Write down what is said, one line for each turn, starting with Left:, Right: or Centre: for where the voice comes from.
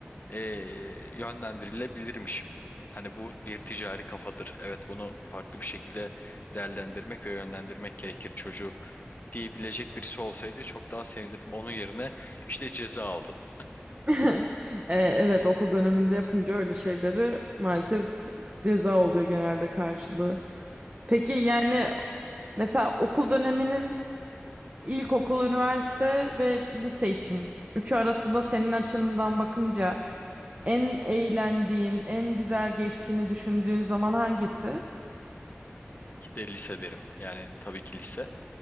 Left: eee, yönlendirilebilirmişim. Hani bu bir ticari kafadır. Evet bunu farklı bir şekilde değerlendirmek ve yönlendirmek gerekir çocuğu diyebilecek birisi olsaydı çok daha sevinirdim. Onun yerine işte ceza aldım.
Right: <laughs> E, evet okul döneminde yapınca öyle şeyleri maalesef ceza oluyor genelde karşılığı. Peki yani mesela okul döneminin ilkokul, üniversite ve lise için üçü arasında senin açından bakınca en eğlendiğin, en güzel geçtiğini düşündüğün zaman hangisi?
Left: İşte lise derim. Yani tabii ki lise.